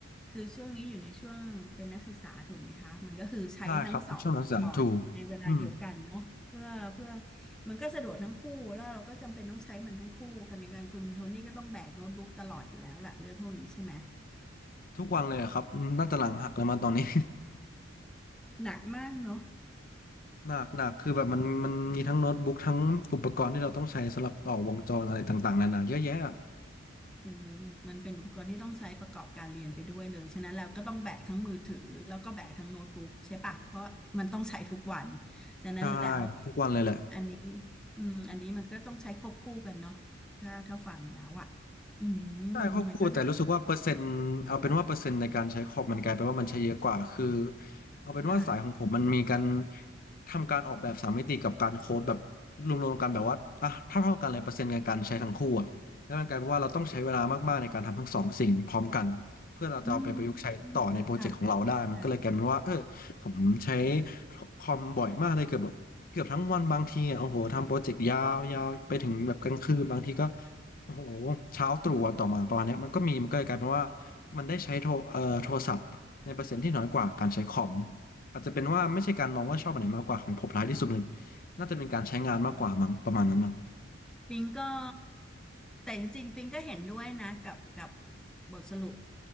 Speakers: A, in the centre; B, on the left.
A: คือช่วงนี้อยู่ในช่วงเป็นนักศึกษาถูกไหมคะมันก็คือใช้ทั้งสองอุปกรณ์ในเวลาเดียวกันเนาะเพื่อเพื่อ
B: ใช่ครับช่วงนักศึกษาถูกอืม
A: มันก็สะดวกทั้งคู่แล้วเราก็จำเป็นต้องใช้มันทั้งคู่ขณะเดียวกันคุณโทนี่ก็ต้องแบกโน้ตบุ๊กตลอดอยู่แล้วล่ะเรื่องพวกนี้ใช่ไหม
B: ทุกวันเลยอะครับน่าจะหลังหักแล้วมาตอนนี้
A: หนักมากเนาะ
B: <laughs> หนักหนักคือแบบมันมันมีทั้งโน้ตบุ๊กทั้งอุปกรณ์ที่เราต้องใช้สำหรับต่อวงจรอะไรต่างๆนานาเยอะแยะอะ
A: คือมันเป็นอุปกรณ์ที่ต้องใช้ประกอบการเรียนไปด้วยเลยฉะนั้นแล้วก็ต้องแบกทั้งมือถือแล้วก็แบกทั้งโน้ตบุ๊กใช่ปะเพราะมันต้องใช้ทุกวันฉะนั้นแล้ว
B: ใช่ทุกวันเลยแหละ
A: อันนี้อืมอันนี้มันก็ต้องใช้ควบคู่กันเนาะถ้าถ้าฟังแล้วอ่ะอืม
B: ใช่ควบคู่แต่รู้สึกว่าเปอร์เซ็นต์เอาเป็นว่าเปอร์เซ็นต์ในการใช้คอมมันกลายเป็นว่ามันใช้เยอะกว่าคือ
A: มันก็จะ
B: เอาเป็นว่าสายของผมมันมีการ
A: ค่ะ
B: ทำการออกแบบสามมิติกับการโค้ดแบบรวมๆกันแบบว่าอ่ะเท่าเท่ากันเลยเปอร์เซ็นต์ในการใช้ทั้งคู่อะแล้วมันกลายเป็นว่าเราต้องใช้เวลามากๆในการทำทั้งสองสิ่งพร้อมกันเพื่อเราจะเอาไปประยุกต์ใช้ต่อในโปรเจกต์ของเราได้มันก็เลยกลายเป็นว่าเออผมใช้
A: อืมค่ะได้
B: คอมบ่อยมากเลยเกือบแบบเกือบทั้งวันบางทีอะโอ้โหทำโปรเจกต์ยาวๆไปถึงแบบกลางคืนบางทีก็ โอ้โหเช้าตรู่วันต่อมาประมาณเนี้ยมันก็มีมันก็เลยกลายเป็นว่ามันได้ใช้โทรเอ่อโทรศัพท์ในเปอร์เซ็นต์ที่น้อยกว่าการใช้คอมอาจจะเป็นว่าไม่ใช่การมองว่าชอบอันไหนมากกว่าของผมร้ายที่สุดเลยน่าจะเป็นการใช้งานมากกว่ามั้งประมาณนั้นนะ
A: ปิงก็แต่จริงๆปิงก็เห็นด้วยนะกับกับบทสรุป